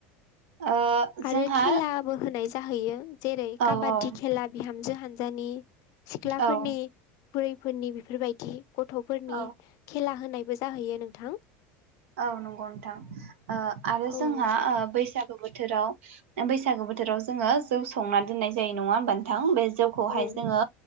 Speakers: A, on the right (about 80°); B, on the left (about 60°).
A: ओ
B: आरो
A: जोंहा
B: खेलाबो होनाय जाहैयो जेरै
A: औ
B: काबादि
A: औ
B: खेला बिहामजो हानजानि सिख्लाफोरनि
A: औ
B: बुरैफोरनि बेफोरबायदि गथ'फोरनि
A: औ
B: खेला होनायबो जाहैयो नोंथां
A: औ नंगौ नोंथां ओ आरो
B: औ
A: जोंहा
B: नोंथां
A: ओ बैसागो बोथोराव बैसागु बोथोराव जोङो जौ संना दोननाय जायो नङा होमबा नोंथां बे जौखौ
B: औ
A: हाय जोङो